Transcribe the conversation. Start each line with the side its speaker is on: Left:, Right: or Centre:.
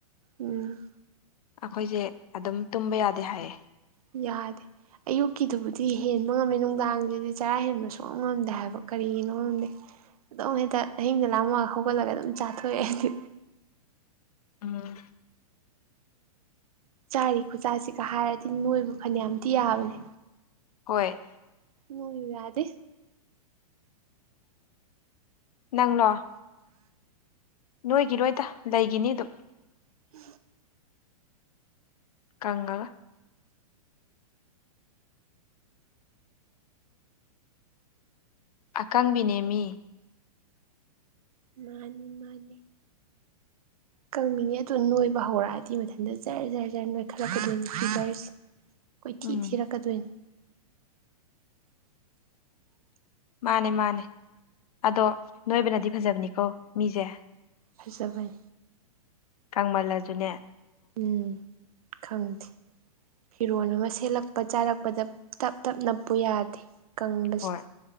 Right: ꯎꯝ
Left: ꯑꯩꯈꯣꯏꯁꯦ ꯑꯗꯨꯝ ꯇꯨꯝꯕ ꯌꯥꯗꯦ ꯍꯥꯏꯌꯦ
Right: ꯌꯥꯗꯦ ꯑꯌꯨꯛꯀꯤꯗꯨꯕꯨꯗꯤ ꯍꯦꯟꯕ ꯉꯝꯃꯦ ꯅꯨꯡꯗꯥꯡꯁꯤꯗꯤ ꯆꯔꯥ ꯍꯦꯟꯕ ꯁꯨꯡꯉꯝ ꯉꯝꯗꯦ ꯍꯥꯏꯕ ꯀꯔꯤꯒꯤꯅꯣ ꯈꯪꯗꯦ ꯑꯗꯨꯝ ꯍꯦꯛꯇ ꯑꯍꯤꯡꯗ ꯂꯥꯡꯃꯑꯒ ꯍꯧꯒꯠꯂꯒ ꯑꯗꯨꯝ ꯆꯥꯊꯣꯛꯑꯦ ꯑꯩꯗꯤ
Left: ꯎꯝ꯫
Right: ꯆꯥꯔꯤ ꯈꯨꯆꯥꯁꯤꯒ ꯍꯥꯏꯔꯗꯤ ꯅꯣꯏꯕ ꯐꯅꯌꯥꯝꯗꯤ ꯌꯥꯕꯅꯦ꯫
Left: ꯍꯣꯏ
Right: ꯅꯣꯏꯨ ꯌꯥꯗꯦ
Left: ꯅꯪꯂꯂꯣ ꯅꯣꯏꯒꯤꯔꯣꯏꯗ ꯂꯩꯈꯤꯅꯤ ꯑꯗꯨꯝ꯫
Right: ꯎ
Left: ꯀꯪꯒꯥ ꯑꯀꯥꯡꯕꯤꯅꯦꯃꯤ
Right: ꯃꯥꯅꯤ ꯃꯥꯅꯤ ꯀꯪꯃꯤꯅꯦ ꯑꯗꯨ ꯅꯣꯏꯕ ꯍꯧꯔꯛꯑꯗꯤ ꯃꯊꯟꯇ ꯖꯔ ꯖꯔ ꯖꯔ ꯅꯣꯏꯈꯜꯂꯛꯄꯗꯖꯔꯁꯦ ꯀꯣꯏꯊꯤ
Left: ꯎꯝ
Right: ꯊꯤꯔꯛꯀꯗꯣꯏꯅꯦ꯫ <inaudible>
Left: ꯃꯥꯅꯦ ꯃꯥꯅꯦ ꯑꯗꯣ ꯅꯣꯏꯕꯅꯗꯤ ꯐꯖꯕꯅꯤꯀꯣ ꯃꯤꯁꯦ꯫
Right: ꯍꯥꯏꯖꯕꯩ꯫
Left: ꯀꯪꯃꯜꯂꯖꯨꯅꯦ꯫
Right: ꯎꯝ ꯈꯪꯗꯦ ꯐꯤꯔꯣꯜ ꯑꯃ ꯁꯦꯠꯂꯛꯄ ꯆꯥꯔꯛꯄꯗ ꯇꯞ ꯇꯞ ꯅꯞꯄꯨ ꯌꯥꯗꯦ ꯀꯪꯕꯁꯤ
Left: ꯍꯣꯏ